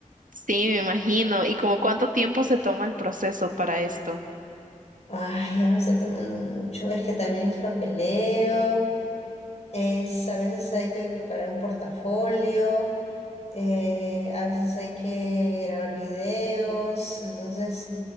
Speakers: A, on the right; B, on the left.
A: Sí, me imagino. ¿Y como cuánto tiempo se toma el proceso para esto?
B: Ay, ya me está tomando mucho. Es que también es papeleo, es a veces hay que preparar un portafolio, eh, a veces hay que grabar videos, entonces